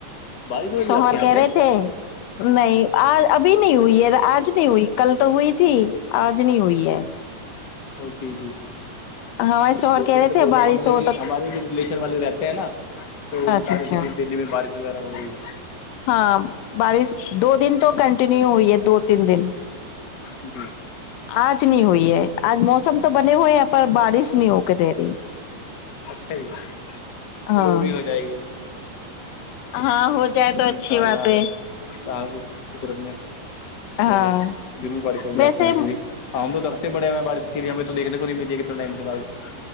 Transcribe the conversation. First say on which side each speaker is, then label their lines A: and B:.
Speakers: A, on the left; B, on the left.
A: بارش ہو رہی
B: سوہر
A: ہے آپ کے یہاں
B: کہہ
A: پہ
B: رہے تھے نہیں آ ابھی نہیں ہوئی ہے آج نہیں ہوئی کل تو ہوئی تھی آج نہیں ہوئی ہے
A: اور جی جی جی جی
B: ہمارے شوہر
A: دلی
B: کہہ
A: میں
B: رہے
A: تو
B: تھے
A: بول
B: بارش
A: رہو ہم
B: ہو تو
A: ہمارے بھی ریلیشن والے رہتے ہیں نا تو وہ
B: اچھا
A: بتا رہے
B: اچھا
A: تھے کہ دلی میں بارش وغیرہ ہو رہی ہے
B: ہاں بارش دو دن تو کنٹینیو ہوئی ہے دو تین دن
A: جی
B: آج نہیں ہوئی ہے آج موسم تو بنے ہوئے ہیں پر بارش نہیں ہو کے دے رہی
A: اچھا جی
B: ہاں
A: چلو وہ بھی ہو جائے گی جی
B: ہاں ہو جائے تو
A: ان
B: اچھی
A: شاء اللہ
B: بات ہے
A: اگر چاہ تو قدرت نے
B: ہاں
A: تو ضرور بارش ہوگی
B: ویسے
A: آپ کے یہاں پہ بھی ہاں ہم تو درتے پڑے ہیں بارش کے لیے ہمیں تو دیکنے کو نہیں ملیے کہتناٹائم سے بارش